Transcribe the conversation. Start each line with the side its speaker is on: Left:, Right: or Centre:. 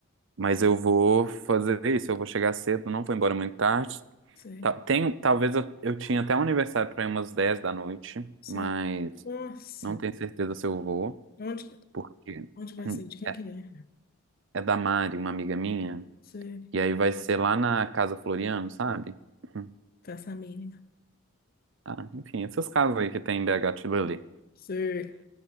Right: mas eu vou fazer isso, eu vou chegar cedo, não vou embora muito tarde.
Left: Sei,
Right: Ta- tem, talvez eu, eu tinha até um aniversário para ir umas 10 da noite,
Left: sei.
Right: mas
Left: Nossa,
Right: não tenho certeza se eu vou,
Left: onde,
Right: porque
Left: onde vai
Right: hum,
Left: ser? De quem
Right: é,
Left: que é?
Right: é da Mari, uma amiga minha,
Left: Sei,
Right: e aí vai ser lá na Casa Floriano, sabe? Hum,
Left: praça mínima.
Right: Ah, enfim, essas casas aí que tem em BH Tilelê.
Left: Sei.